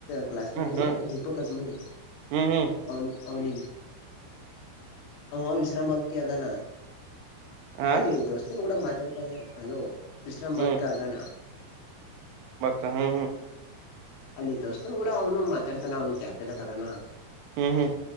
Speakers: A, on the left (about 75°); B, on the right (about 85°).
A: ಕ್ಲಾಸ್ಮೇಟ್
B: ಹ್ಮ್
A: ದೀಪಕ್ ಅಜ್ಮನಿ
B: ಹ್ಮ್ ಹ್ಮ್
A: ಅವನಿ ಅವನ ಅವ ವಿಶ್ರಾಮಕ್ಕೆ ಅದಾನ
B: ಹಾ
A: ಅಲ್ಲಿ ದೋಸ್ತನು ಕೂಡ ಮಾತಾಡ್ತಾ ಇದ ಅಲೋ ವಿಶ್ರಾಮಭಕ್ಕದಾನ
B: ಹ್ಮ್ ಕಾ ಹ
A: ಅಲ್ಲಿ ದೋಸ್ತನ್ ಕೂಡ ಅವನು ಮಾತಾಡ್ತಾನ ಅವನು ಕ್ಯಾಪದ ಕದಾನ
B: ಹ್ಮ್ ಹ್ಮ್